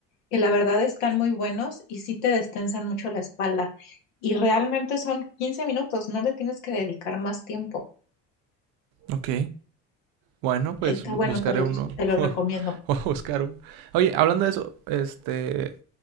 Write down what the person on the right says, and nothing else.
Ok. Bueno, pues
bu-
buscaré
uno.
<laughs>
Voy
a buscar uno. Oye, hablando de eso, este,